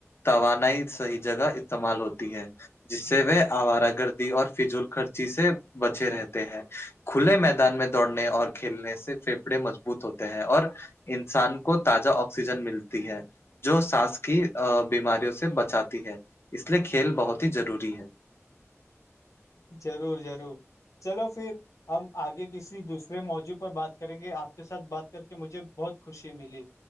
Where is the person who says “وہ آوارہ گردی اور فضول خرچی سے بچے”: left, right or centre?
Left